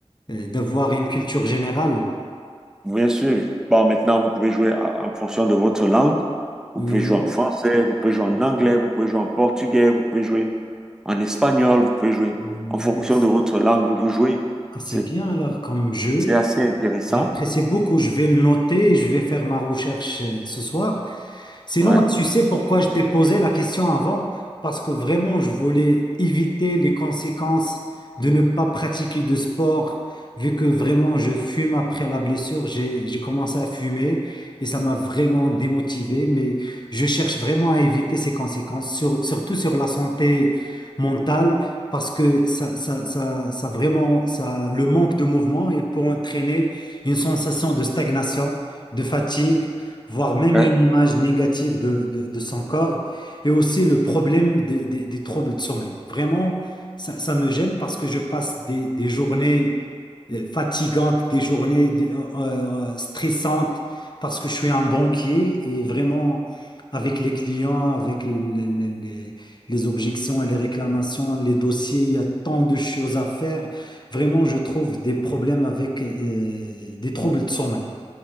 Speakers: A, on the left; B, in the centre.
A: euh, d'avoir une culture générale.
B: Bien sûr. Bon, maintenant, vous pouvez jouer à- en fonction de votre langue. Vous
A: Oui,
B: pouvez jouer en français, vous pouvez jouer en anglais, vous pouvez jouer en portugais, vous pouvez jouer en espagnol, vous pouvez jouer
A: oui.
B: en fonction de votre langue, vous jouez.
A: Ah, c'est
B: C'est,
A: bien alors comme jeu.
B: c'est assez intéressant.
A: J'apprécie beaucoup. Je vais le noter et je vais faire ma recherche euh, ce soir. Sinon,
B: Ouais.
A: tu sais pourquoi je t'ai posé la question avant? Parce que vraiment, je voulais éviter les conséquences de ne pas pratiquer de sport, vu que vraiment, je fume après la blessure. J'ai, j'ai commencé à fumer et ça m'a vraiment démotivé, mais je cherche vraiment à éviter ces conséquences, sur- surtout sur la santé mentale, parce que ça, ça, ça, ça vraiment, ça, le manque de mouvement, il peut entraîner une sensation de stagnation, de fatigue voire même
B: Ouais.
A: une image négative de, de- de son corps, et aussi le problème des, des- des troubles de sommeil. Vraiment, ça, ça me gêne parce que je passe des, des journées euh, fatigantes, des journées de- euh, euh, stressantes, parce que je suis un banquier et vraiment, avec les clients, avec les, les- les- les objections et les réclamations, les dossiers, il y a tant de choses à faire. Vraiment, je trouve des problèmes avec euh, des troubles de sommeil.